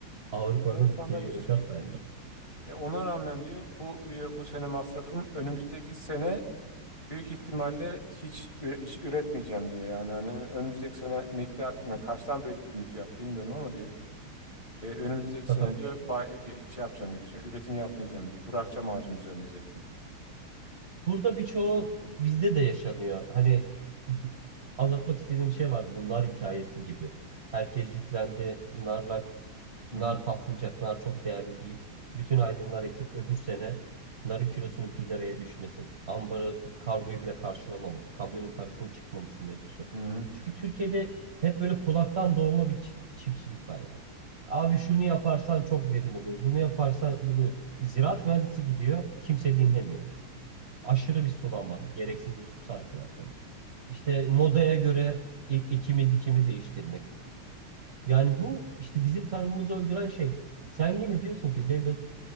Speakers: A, on the right; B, on the left.
A: Avrupa'nın
B: Bulgaristan'dan
A: şeyi
B: işçi
A: ırgat
B: getirmiş.
A: tayfa.
B: Ve ona rağmen diyor bu diyor, bu sene masrafım önümüzdeki sene büyük ihtimalle hiç üre- hiç üretmeyeceğim diyor. Yani hani önümüzdeki sene miktar yani kaçtan belirledi fiyat bilmiyorum ama diyor. E, önümüzdeki
A: Satamayacağım.
B: sene diyor
A: dedi.
B: bay, ge- şey yapacağım geçiyor. Üretim yapmayacağım diyor. Bırakacağım ağacın üzerinde zeytini.
A: Burada birçoğu bizde de yaşanıyor. Hani di- anlatmak istediğim şey vardı bu nar hikayesi gibi. Herkes yüklendi. Narlar
B: Hı
A: Nar
B: hı.
A: patlayacak, nar çok değerli deyip bütün aydınlar ekip öbür sene narın kilosunun 1 liraya düşmesi, ambarı, kargoyu bile karşılamaması, kamyonun parasının çıkmaması mevzusu.
B: Hı hı.
A: Çünkü Türkiye'de hep böyle kulaktan doğma bir çi- çiftçilik var ya. Abi şunu yaparsan çok verim oluyor. Bunu yaparsan bunu ziraat mühendisi gidiyor, kimse dinlemiyor. Aşırı bir sulanma, gereksiz bir su sarfiyatı. İşte modaya göre e- ekimi dikimi değiştirmek. Yani bu işte bizim tarımımızı öldüren şey. Sen yine diyorsun ki devlet